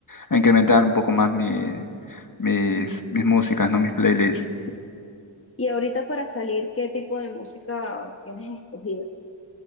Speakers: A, on the left; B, on the left.
A: a incrementar un poco más mi- mis, mis músicas, ¿no? Mis playlists.
B: Y ahorita para salir, ¿qué tipo de música tienes escogida?